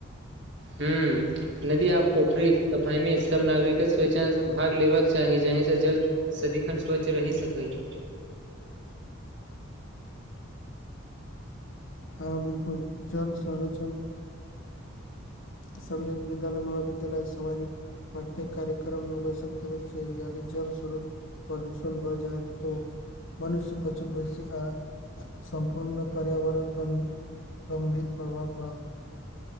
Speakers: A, on the right; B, on the left.
A: हूँ नदी आ पोखरिक सफाईमे सभ नागरिकक स्वेच्छा सेभाग लेबाक चाही जहिमे त जल सदिखन स्वच्छ रहि सकयत
B: हँ बिलकुल जल संरक्षण संध विद्यालय महाविद्यालय क सामाजिक प्रत्येक कार्यक्रममे बैनसकैत यैयदि जल स्रोत प्रदूषण भए जाए तो मनुष्य पशु पंछि आ सम्पूर्ण पर्यावरण पर गंभीर प्रभाव पड़त